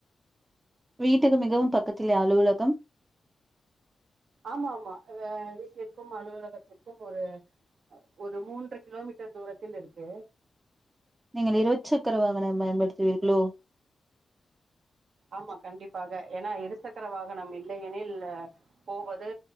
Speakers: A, on the right (about 20°); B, on the right (about 70°).
A: வீட்டுக்கு மிகவு பக்கத்திலேயா அலுவலகம்
B: ஆமா ஆமா ஆஹ் வீட்டிற்கும் அலுவலகத்திற்கும் ஒரு ஒரு மூன்று கிலோமீட்டர் தூரத்தில் இருக்கு
A: நீங்கள் இருச்சக்கர வாகனம் பயன்படுத்துவீர்களோ
B: ஆமா கண்டிப்பாக ஏன்னா இருசக்கர வாகனம் இல்லையெனில் அஹ் போவது